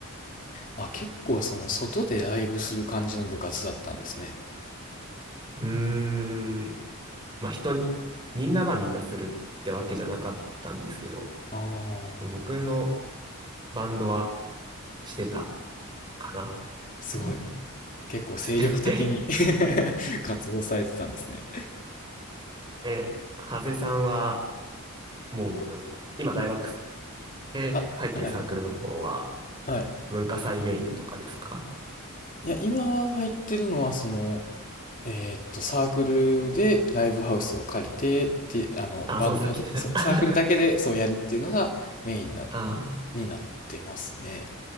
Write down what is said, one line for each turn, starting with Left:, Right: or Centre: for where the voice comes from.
Left: あ。あ、結構その外でライブする感じの部活だったんですね。
Right: うーん。まあ人に、みんながみんなするってわけじゃなかったんですけど、
Left: ああ、
Right: 僕のバンドはしてたかな。
Left: すごい。
Right: うん。
Left: 結構精力的に
Right: <laughs>
Left: <laughs> 活動されてたんですね。
Right: え、ハゼさんはもう文今大学で入ってるサークルの方は
Left: あ、はい。はい。
Right: 文化祭メインとかですか
Left: いや、今入ってるのはその、えーっと、サークルでライブハウスを借りてって、あの、
Right: あ、
Left: バンドだ、
Right: そう、さっき言ってた。
Left: そうサークルだけでそうやるっていうのがメインな、
Right: <laughs> あ
Left: になってますね。